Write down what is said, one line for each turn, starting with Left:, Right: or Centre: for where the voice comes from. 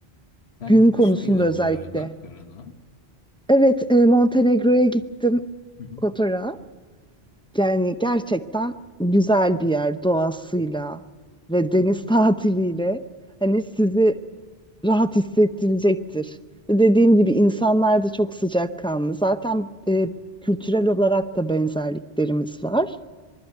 Left: Sen
Centre: Gün
Left: gitmiş
Centre: konusunda
Left: miydin
Centre: özellikle.
Left: bu arada karada?
Centre: Evet, e, Montenegro'ya gittim,
Left: Hı hı.
Centre: Kotor'a. Yani gerçekten güzel bir yer doğasıyla ve deniz tatiliyle. Hani sizi rahat hissettirecektir. Ve Dediğim gibi insanlar da çok sıcakkanlı. Zaten e, kültürel olarak da benzerliklerimiz var.